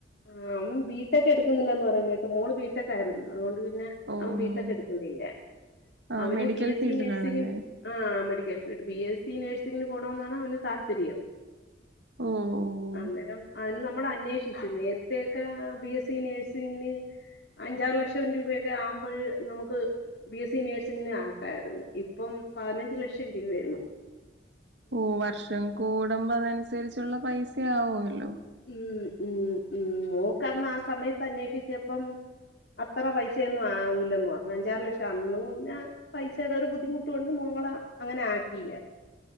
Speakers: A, on the left (about 65°); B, on the right (about 85°).
A: ആ ബിടെക് എടുക്കുന്നില്ലന്ന് പറയുന്ന കേട്ട് മോള് ബിടെക്ക് ആയിരുന്നു അതുകൊണ്ട് പിന്നെ
B: ഓഹ്
A: അവൻ
B: ഓഹ്
A: ബി ടെ ക്ക് എടുക്കുന്നില്ല
B: ആഹ്
A: അവന്
B: മെഡിക്കൽ
A: ബി എസ്
B: ഫീൽഡിലാണല്ലേ
A: സി നേഴ്സിങ്ങി ആ medical field B S C നഴ്സിംഗിന് പോണമ എന്നാണ് അവന് താല്പര്യം
B: ഓഹ് ഓഹ്
A: അന്നേരം അതിന് നമ്മൾ അന്വേഷിച്ചു നേ പ്രത്യേക്ക ബി എസ് സി നേഴ്സിംഗിന് അഞ്ചാറ് ലക്ഷം രൂപൊക്കെ ആമ്പോഴ് നമുക്ക് ബി എസ് സി നേഴ്സിങ്ങിന് ആക്കായിരുന്നു ഇപ്പം പതിനഞ്ച് ലക്ഷം രൂപയാണ്
B: ഓ വർഷം കൂടുമ്പോ അതനുസരിച്ചുള്ള പൈസയാവുമല്ലോ
A: ഉം ഉം ഉ മോക്കന്ന് ആ സമയത്ത് അന്വേഷിച്ചപ്പം അത്ര പൈസയൊന്നും ആവൂല്ലന്ന് പറഞ്ഞു അഞ്ചാറ് ലക്ഷം അന്നു പിന്നെ പൈസയുടെ ഒരു ബുദ്ധിമുട്ട് കൊണ്ട് മോളെ അങ്ങനെ ആക്കിയില്ല